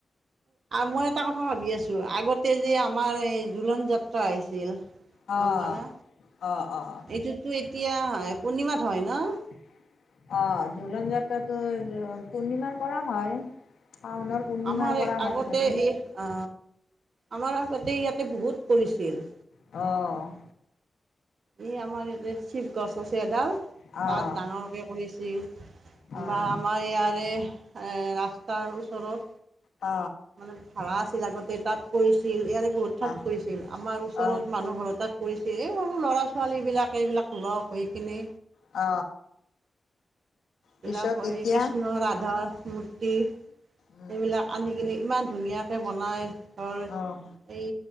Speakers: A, on the right; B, on the left.
A: মই এটা কথা ভাবি আছো, আগতে যে আমাৰ এই জোলন যাত্ৰা হৈছিল। হ'বনে,
B: অ', অ', অ',
A: এইটোতো এতিয়া, পূৰ্ণিমাত হয় ন?
B: অ, দোলন যাত্ৰাটো পূৰ্ণিমাৰ পৰা হয়। শাওনৰ
A: অ,
B: পূৰ্ণিমাৰ
A: আমাৰ
B: পৰা
A: এই
B: হয়
A: আগতে
B: চাগে,
A: এই, অ, আমাৰ আগতে ইয়াতে বহুত কৰিছিল।
B: অ,
A: ই, আমাৰ <inaudible> গছ আছে এডাল,
B: অ',
A: তাত ডাঙৰকে কৰিছিল,
B: অ'।
A: বা আমাৰ ইয়াৰে আহ, ৰাস্তাৰ ওচৰত
B: অ,
A: মানে ভাড়া আছিল আগতে তাত কৰিছিল, ইয়াৰে বহুত ঠাইত
B: আহ,
A: কৰিছিল, আমাৰ ওচৰত
B: অ',
A: মানুহ ঘৰ তাত কৰিছে, এই সৰু ল'ৰা-ছোৱালীবিলাক এইবিলাক লগ হৈ কিনে
B: অ,
A: এইবিলাক
B: পিছত
A: হয়,
B: এতিয়া
A: কৃষ্ণ-ৰাধা মূৰ্তি
B: উম,
A: এইবিলাক আনি কিনে ইমান ধুনীয়া বনাই ধৰ,
B: অ',
A: এই